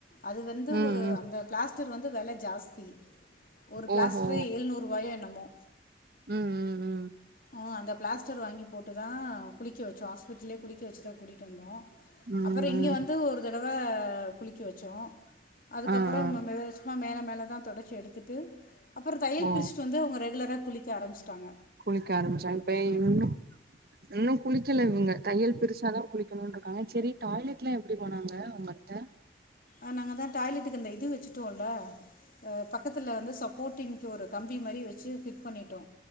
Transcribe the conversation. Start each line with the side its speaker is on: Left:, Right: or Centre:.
Left: அது வந்து
Right: ம்
Left: ஒரு
Right: ம்
Left: அந்த பிளாஸ்டர் வந்து வெல ஜாஸ்தி ஒரு பிளாஸ்டரே
Right: ஓஹோ
Left: ஏழுநூறுவாயோ என்னமோ
Right: ம் ம் ஹும்
Left: வோ அந்த பிளாஸ்டர் வாங்கி போட்டு தா குளிக்க வச்சோ ஹாஸ்பிட்டல்லயே குளிக்க வச்சுதா கூட்டிட்டு வந்தோ
Right: ம்
Left: அப்பறோ இங்க
Right: ம்
Left: வந்து ஒரு தடவ குளிக்க வச்சோ அதுக்கப்பறம்
Right: ஆ ஆ
Left: மே சும்மா மேல மேல தா தொடச்சு எடுத்துட்டு அப்பறோ தையல்
Right: ஓ
Left: பிருச்ட்டு வந்து அவுங்க ரெகுலரா குளிக்க ஆரம்பிச்ட்டாங்க
Right: குளிக்க ஆரம்பிச்சாங்க இப்ப இன்னு இன்னு குளிக்கல இவுங்க தையல் பிருச்சாதா குளிக்கணுன்னு இருக்காங்க செரி டாய்லெட்லா எப்டி போனாங்க உங்க அத்த
Left: அ நாங்க தா டாய்லெட்டுக்கு இந்த இது வச்சுட்டு ட்டோல பக்கத்துல வந்து சப்போர்டிங்கு ஒரு கம்பி மாரி வச்சு பிட் ட் பண்ணிட்டோ